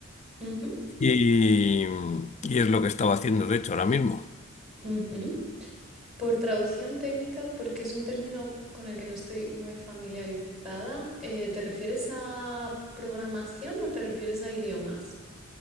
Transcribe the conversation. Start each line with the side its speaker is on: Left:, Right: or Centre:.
Centre: ujú,
Left: y, y es lo que estaba haciendo, de hecho, ahora mismo.
Centre: ujú. Por traducción técnica, porque es un término con el que no estoy muy familiarizada, eh, ¿te refieres a programación o te refieres a idiomas?